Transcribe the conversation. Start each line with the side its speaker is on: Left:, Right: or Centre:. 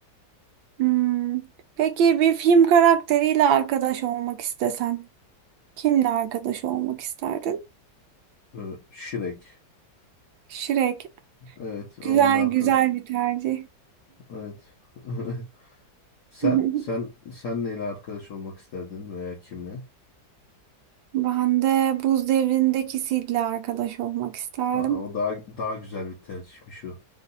Right: Hmm. Peki bir film karakteriyle arkadaş olmak istesen, kimle arkadaş olmak isterdin?
Left: Ee, Shrek.
Right: Shrek.
Left: Evet onun
Right: Güzel
Left: arkadaşı.
Right: güzel bir tercih.
Left: Evet. <laughs> Sen,
Right: <laughs>
Left: sen, sen neyle arkadaş olmak isterdin veya kimle?
Right: Ben de buz devrindeki Sid'le arkadaş olmak isterdim.
Left: Aa, o daha daha güzel bir tercihmiş o.